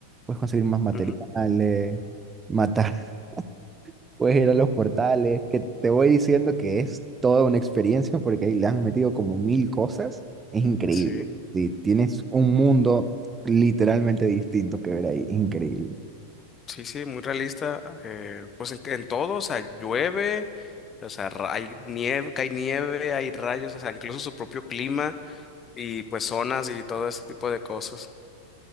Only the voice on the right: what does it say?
puedes conseguir más materiales,
matar, <laughs> puedes ir a los portales, que te voy diciendo que es toda una experiencia porque ahí le han metido como mil cosas. Es increíble.
Sí, tienes un mundo literalmente distinto que ver ahí, increíble.